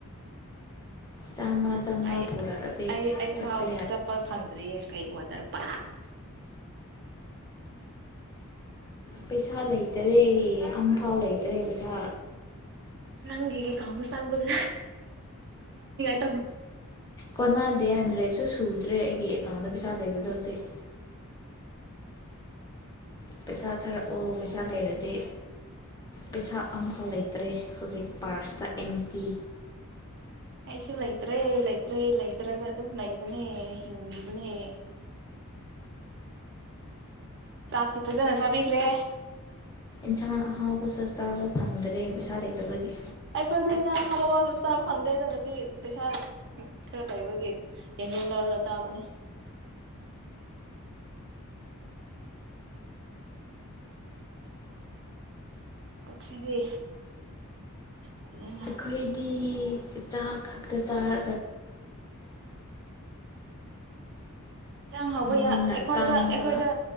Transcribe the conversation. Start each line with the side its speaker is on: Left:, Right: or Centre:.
Left: ꯆꯥꯝꯃ ꯆꯥꯝꯃ
Right: ꯑꯩ
Left: ꯄꯨꯔꯛꯑꯗꯤ
Right: ꯑꯩ ꯑꯩ
Left: ꯆꯠꯄ
Right: ꯐꯥꯎ
Left: ꯌꯥꯔꯦ
Right: ꯆꯠꯄ ꯐꯪꯗ꯭ꯔꯤꯌꯦ ꯀꯩ ꯋꯥꯇꯔ ꯄꯥꯠ
Left: ꯄꯩꯁꯥ ꯂꯩꯇꯔꯦ ꯑꯃꯐꯥꯎ ꯂꯩꯇꯔꯦ ꯄꯩꯁꯥ
Right: ꯅꯪꯒꯤ ꯑꯦꯀꯥꯎꯟꯗ ꯆꯪꯕꯗꯨ <unintelligible>
Left: ꯀꯣꯟꯅꯗꯦ ꯍꯟꯗ꯭ꯔꯦꯠꯁꯨ ꯁꯨꯗ꯭ꯔꯦ ꯑꯩꯒꯤ ꯑꯦꯀꯥꯎꯟꯗ ꯄꯩꯁꯥ ꯂꯩꯕꯗꯣ ꯍꯧꯖꯤꯛ ꯄꯩꯁꯥ ꯊꯥꯔꯛꯎ ꯄꯩꯁꯥ ꯂꯩꯔꯗꯤ ꯄꯩꯁꯥ ꯑꯝꯐꯥꯎ ꯂꯩꯇ꯭ꯔꯦ ꯍꯧꯖꯤꯛ ꯄꯥꯔꯁꯇ ꯑꯦꯝ ꯇꯤ
Right: ꯑꯩꯁꯨ ꯂꯩꯇ꯭ꯔꯦ ꯂꯩꯇ꯭ꯔꯦ ꯂꯩꯇ꯭ꯔꯒ ꯑꯗꯨꯝ ꯂꯩꯕꯅꯦ ꯍꯤꯡꯈꯤꯕꯅꯦ ꯆꯥꯛꯇꯤ ꯐꯖꯅ ꯆꯥꯕꯤꯈ꯭ꯔꯦ
Left: ꯏꯟꯁꯥꯡ ꯑꯍꯥꯎꯕꯁꯨ ꯆꯥꯕ ꯐꯪꯗ꯭ꯔꯦ ꯄꯩꯁꯥ ꯂꯩꯇꯕꯒꯤ
Right: ꯑꯩꯈꯣꯏꯁꯨ ꯏꯟꯖꯥꯡ ꯑꯍꯥꯎꯕ ꯆꯥꯕ ꯐꯪꯗꯦꯗ ꯄꯩꯁꯥ ꯈꯔ ꯂꯩꯕꯒꯤ ꯌꯦꯟꯒꯨꯝ ꯂꯧꯔꯒ ꯆꯥꯕꯅꯦ ꯄꯨꯛꯁꯤꯗꯤ ꯐꯖꯅ
Left: ꯑꯩꯈꯣꯏꯗꯤ ꯆꯥꯛ ꯈꯛꯇ ꯆꯥꯔ
Right: ꯏꯟꯖꯥꯡ ꯍꯥꯎꯕ
Left: ꯃꯃꯜꯅ
Right: ꯌꯥ ꯑꯩꯈꯣꯏꯗ
Left: ꯇꯥꯡꯕ
Right: ꯑꯩꯈꯣꯏꯗ